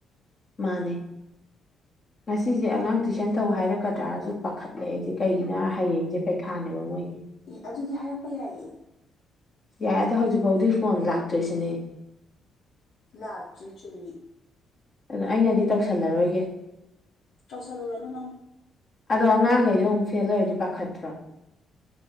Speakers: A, on the left (about 40°); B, on the left (about 75°).
A: ꯃꯥꯅꯦ ꯉꯁꯤꯁꯦ ꯑꯉꯥꯡ ꯇꯨꯏꯁꯟ ꯇꯧ ꯍꯥꯏꯔꯛꯀꯗ꯭ꯔꯥꯁꯨ ꯄꯥꯈꯠꯂꯛꯑꯦ ꯑꯩꯁꯦ ꯀꯩꯒꯤꯅꯣ ꯍꯌꯦꯡꯁꯦ ꯄꯩꯈꯥꯅꯦꯕ ꯃꯣꯏꯒꯤ
B: ꯑꯦ ꯑꯗꯨꯗꯤ ꯍꯥꯏꯔꯛꯄ ꯌꯥꯏꯌꯦ
A: ꯌꯥꯏ ꯑꯗꯣ ꯍꯧꯖꯤꯛꯐꯥꯎꯗꯤ ꯐꯣꯟ ꯂꯥꯛꯇꯣꯏꯁꯤꯅꯦ
B: ꯂꯥꯆꯔꯤ ꯆꯨꯝꯃꯤ
A: ꯑꯗꯨ ꯑꯩꯅꯗꯤ ꯇꯧꯁꯜꯂꯔꯣꯏꯒꯦ
B: ꯇꯧꯁꯜꯂꯨꯔ ꯑꯗꯨ ꯅꯪ
A: ꯑꯗꯣ ꯑꯉꯥꯡꯈꯩꯗꯣ ꯑꯃꯨꯛ ꯐꯦꯜ ꯑꯣꯏꯔꯗꯤ ꯄꯥꯈꯠꯇ꯭ꯔꯣ